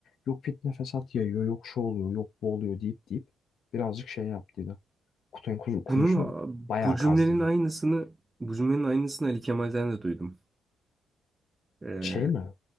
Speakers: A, on the left; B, on the right.
A: yok fitne fesat yayıyor yok şu oluyor yok bu oluyor deyip deyip birazcık şey yaptıydı. Kutay'ın kuy- kuyusunu
B: Bunun
A: bayağı
B: bu cümlenin
A: kazdıydı.
B: aynısını bu cümlenin aynısını Ali Kemal'den de duydum. Ee,
A: Şey mi?